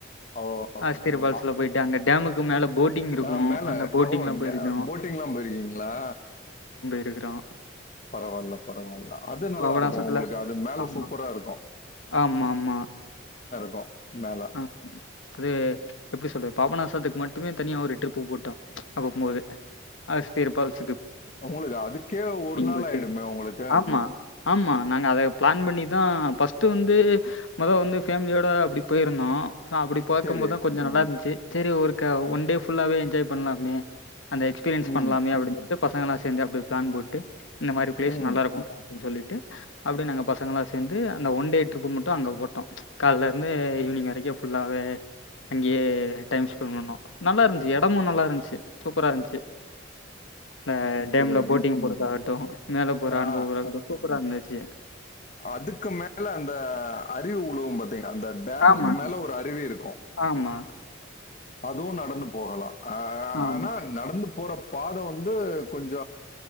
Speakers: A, on the left; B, on the left.
A: ஓ
B: அகஸ்திரி ஃபால்ஸ்ல
A: அ-
B: போயிட்டு அங்க டேமுக்கு மேல போட்டிங் இருக்கு
A: ஆ மேல
B: அந்த போட்டிங்ல
A: ஓ இந்த
B: போயிருக்கோ
A: போட்டிங்லா போயிருக்கீங்களா
B: ட்டுக்கிறோ
A: பரவாயில்ல பரவாயில்ல அது நல்லாருக்கும்
B: பாபநாசத்துல
A: உங்களுக்கு அது மேல
B: ஆமா
A: சூப்பரா இருக்கும்
B: ஆமா ஆமா
A: ஓ மேல
B: ஆ அது எப்டி சொல்றது பாபநாசத்துக்கு மட்டுமே தனியாக ஒரு ட்ரிப்பு போட்டோ அப்பம்போது அகஸ்திரி ஃபால்ஸ்
A: உங்களுக்கு அதுக்கே ஒரு நாள்
B: போயிட்டு
A: ஆயிடுமே உங்களுக்கு
B: ஆமா. ஆமா நாங்க அதுக்கு பிளான் பண்ணிதா பஸ்ட்டு வந்து மொத வந்து ஃபேமிலியோட அப்டி போயிருந்தோ ஆ அப்டி பாக்கும்
A: சரி
B: போதுதா கொஞ்ச நல்லா இருந்துச்சு செரி ஒரு க ஒன் டே ஃபுல்லாவே என்ஜாய் பண்லாமே அந்த எக்ஸ்பீரியன்ஸ்
A: ம்
B: பண்லாமே அப்டினு சொல்ட்டு பசங்கள்லா சேந்து அப்டியே பிளான் போட்டு இந்த மாரி பிளேஸ்
A: ம்
B: நல்லாருக்குண்டா னு சொல்லிட்டு அப்டியே நாங்க பசங்கள்லா சேந்து அந்த ஒன் டே ட்ரிப்பு மட்டு அங்க போட்டோ கால்லருந்து ஈவினி்ங் வரைக்கு ஃபுல்லாவே அங்கேயே டைம் ஸ்பெண்ட் பண்ணோ நல்லா இருந்ச்சு எடமும் நல்லா இருந்ச்சு சூப்பரா இருந்ச்ச அந்த டேம்ல
A: புரியுது
B: போட்டிங் போறதாகட்டு மேலே போற
A: ஆ
B: அனுபவ அது சூப்பரா இருந்துச்சு
A: அதுக்கு மேல அந்த அருவி உழுவு பாத்தீங் அந்த டேமுக்கு
B: ஆமாங்க.
A: மேல ஒரு அருவி இருக்கும்
B: ஆமா,
A: அதுவு நடந்து போகலா ஆ
B: ஆமா,
A: ஆனா நடந்து போற பாத வந்து கொஞ்ச